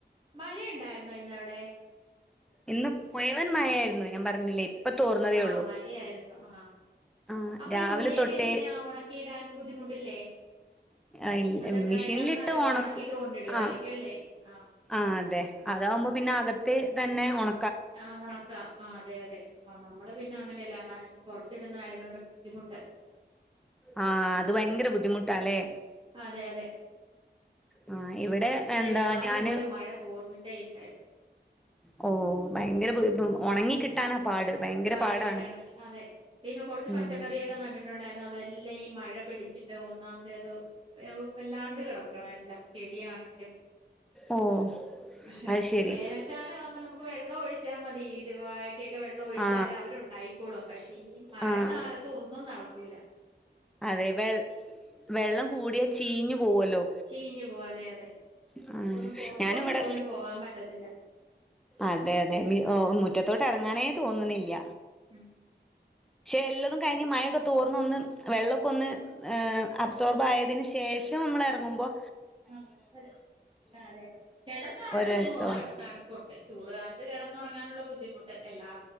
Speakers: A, on the right (about 30°); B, in the centre.
A: മഴയിണ്ടാർന്നോ ഇന്നവി ടെ
B: ഇന്ന് മുയുവൻ മയേർന്നു ഞാൻ പറഞ്ഞില്ലേ തോർന്നതേ
A: ആ
B: ഉള്ളൂ
A: മഴയാര്ന്നു ആ
B: ആ
A: അപ്പൊ
B: രാവിലെ
A: ഈ തുണിയൊക്കെ
B: തൊട്ടേ
A: എങ്ങനെയാ ഒണക്കിയിടാൻ ബുദ്ധിമുട്ടില്ലേ
B: ആ ഇല്ല
A: അത് ഡ്രയറിനകത്തിട്ട്
B: മിഷിനിലിട്ട് ഒണക്കും
A: ഉണക്കിയിട്ട് കൊണ്ടിടുവായിരിക്കും
B: ആ
A: അല്ലേ ആഹ്
B: ആ അതെ അതാവുമ്പോ പിന്ന അകത്തെ തെന്നെ ഒണ
A: ആ ഒണക്കാം ആ അതെ അതെ നമ്മൾ പിന്നെ അങ്ങനല്ലേ നന ത്തിടുന്നായതോണ്ട് ബുത്തിമുട്ട്
B: ആ അത് ഭയങ്കര ബുദ്ധിമുട്ടാ ലേ
A: അതെ അതെ
B: ആ ഇവിടെ
A: അതെ
B: എന്താ
A: രാവിലെ
B: ഞാന്
A: മുതല് മഴ തോർന്നിട്ടേ ഇല്ലായിരുന്നു
B: ഓ ഭയങ്കര ബുദ്ധിമു ഓണങ്ങി കിട്ടാനാ പാട് ഭയങ്കര
A: പാട്
B: പാടാണ്
A: കിട്ടണത് അതെ പിന്നെ കൊറച്ച്
B: ഉം
A: പച്ച കറിയൊക്കെ നട്ടിട്ടൊണ്ടായിരുന്നത് ഇല്ല ഈ മഴ പിടിച്ചിട്ട് ഒന്നാമതേത് എഉ പ്പെല്ലാണ്ട് കെടക്ക്ണ് എല്ലാം ചെടിയാണേലും
B: ഓ
A: പഷേ
B: അത് ശരി
A: വേനൽകാലാവുമ്പോ നമുക്ക് വെള്ളൊഴിച്ചാ മതി രു വാഴക്കൊക്കെ വെള്ളൊഴിച്ച്
B: ആ
A: റ്റാല് അവരുണ്ടായിക്കോളും പക്ഷെ ഈ മഴക്കാലത്ത്
B: ആ
A: ഒന്നും നട ഉല
B: അതെ വെ വെള്ളം കൂടിയാ ചീഞ്ഞു പോവൊല്ലോ
A: ചീഞ്ഞു പോവും അതെ അതെ
B: ഹ്
A: നമുക്കൊന്ന്
B: ആ
A: പുറത്തോട്ട്
B: ഞാന് ഇവടെ
A: പോലും പോകാൻ പറ്റത്തില്ല
B: അതെ അതെ മിഓ മുറ്റത്തോട്ട് എറങ്ങാ ങ്ങനെ തോന്നിണില്ല
A: ഉം
B: പക്ഷെ എല്ലതും കഴിഞ്ഞ് മഴൊക്കെ തോർന്നൊന്ന് വെള്ളക്കൊന്ന് അബ്സോർബ് ആയതിന് ശേഷം നമ്മള് എറങ്ങുമ്പോൾ
A: ആ അതെ അ അതെ അതെ കിടന്നുറങ്ങാൻ
B: ഒരു രസവാ
A: സുഖവിണ് തണുപ്പുണ്ട് ചൂട്കാലത്ത് കിടന്നുറങ്ങാനുള്ള ബുദ്ധിമുട്ട് എല്ലാർ